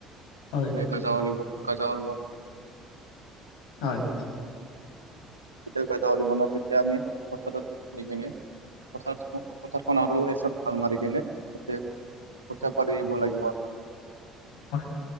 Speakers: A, on the left (about 65°); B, on the right (about 85°).
A: হয়
B: <unintelligible>
A: হয়
B: তেতিয়া যেতিয়া আমি পথাৰটো সেই কেনে পথাৰ পথাৰখন আৰু এছাপ ভাল মাৰি কিনে তেতিয়া ক পাৰিব লাগিব
A: হয়